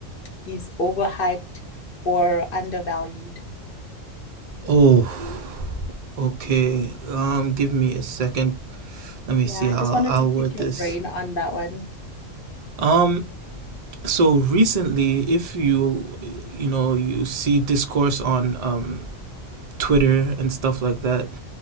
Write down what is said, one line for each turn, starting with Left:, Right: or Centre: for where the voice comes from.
Left: is overhyped or undervalued?
Right: Oh, okay. Um, give me a second. Let me
Left: Yeah,
Right: see
Left: I
Right: how
Left: just wanted
Right: I'll
Left: to pick
Right: word
Left: your
Right: this.
Left: brain on that one.
Right: Um, so recently, if you, you know, you see discourse on um Twitter and stuff like that,